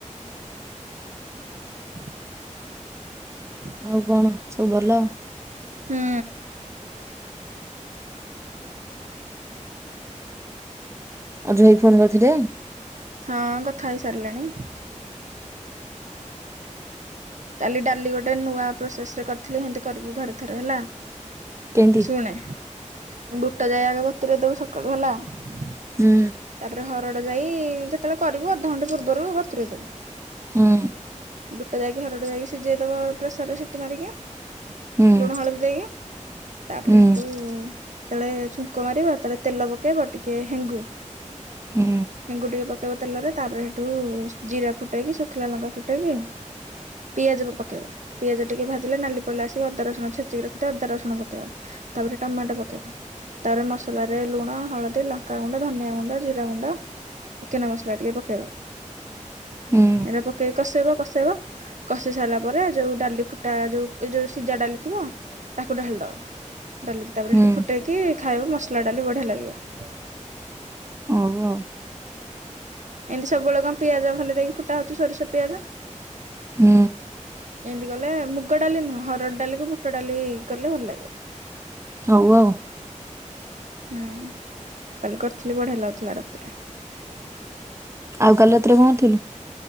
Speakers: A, on the right (about 70°); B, on the right (about 20°).
A: <inaudible>
B: ଆଉ କଣ ସବୁ ଭଲ?
A: ହୁଁ।
B: ଆଉ ଜୋଇଁ ଫୋନ କରିଥିଲେ
A: ହଁ କଥା ହେଇସାରିଲାଣି। କାଲି ଡାଲି ଗୋଟେ ନୂଆ ପ୍ରୋସେସ ରେ କରିଥିଲି, ସେମତି କରିବୁ ଘରେ ଥରେ ହେଲା
B: କେମିତି?
A: ଶୁଣେ, ବୁଟ ଜାଇ ଆଗେ ବତୁରେଇଦେବୁ ସକାଳୁ ହେଲା, ଆଉ
B: ହୁଁ
A: ତାପରେ ହରଡ ଯାଇ ଯେତେବେଳେ କରିବୁ ଅଧଘଣ୍ଟା ପୂର୍ବରୁ ବତୁରେଇଦେବୁ।
B: ହଁ
A: ବୁଟା ଯାଇକି ହରଡ ଯାଇକି ସିଝେଇଦବ ପ୍ରେସରରେ ସିଟି ମାରିକି,
B: ହୁଁ
A: ଲୁଣ ହଳଦୀ ଦେଇକି ତାପରେ
B: ହୁଁ
A: ସେଠୁ ଯେତେବେଳେ ଛୁଙ୍କ ମାରିବ, ତଳେ ତେଲ ପକେଇବ, ଟିକେ ହେଙ୍ଗୁ
B: ହୁଁ
A: ହେଙ୍ଗୁ ଟିକେ ପକେଇ ବ ତେଲରେ ତାପରେ ହେଠୁ ଜିରା ଫୁଟେଇକି, ଶୁଖିଲା ଲଙ୍କା ଫୁଟେଇକି ପିଆଜ ପକେଇବା, ପିଆଜ ଟିକେ ଭାଜିଲେ ନାଲି ପଇ ଲା ଆସିକି, ଅଦା ରସୁଣ ଛେଚିକି ରଖିବେ, ଅଦା ରସୁଣ ପକେଇବା ତାପରେ ଟାମାଟେ ପକାଇବା। ତାପ ମସଲ ରେ ଲୁଣ, ହଳଦୀ, ଲଙ୍କା ଗୁଣ୍ଡ, ଧନିଆ ଗୁଣ୍ଡ, ଜିରା ଗୁଣ୍ଡ ଚିକେନ ମସଲା ଟିକେ ପକେଇବ,
B: ହୁଁ
A: ଏଟା ପକେଇକି କଷେଇବ କଷେଇବ କଷି ସାରିଲା ପରେ ଯଉ ଡାଲି ଫୁଟା ଯୋଉ ଯୋଉ ସିଝା ଡାଲି ଥିବ ତାକୁ ଡାଳିଦବା। ଡାଲିକି ତାପରେ
B: ହୁଁ
A: ସେଠି ଫୁଟେଇକି ଖାଇବ ମସଲା ଡାଲି ବଢିଆ ଲାଗିବ।
B: ହୋଉ ଆଉ
A: ଏମିତି ସବୁବେଳେ କଣ ପିଆଜ ଭାଲି ଦେଇକି ଫୁଟା ହୋଉଛି ସୋରିଷ ପିଆଜ।
B: ହୁଁ।
A: ଏମିତି ଗଲେ ମୁଗ ଡାଲି ନୁହଁ ହରଡ଼ ଡାଲିକୁ ବୁଟ ଡାଲି କଲେ ଭଲ ଲାଗିବ।
B: ହୋଉ ଆଉ
A: ହୁଁ କାଲି କରିଥିଲି ବଢିଆ ଲାଗୁଥିଲା ରାତିରେ।
B: ଆଉ କାଲି ରାତିରେ କଣ କରିଥିଲୁ?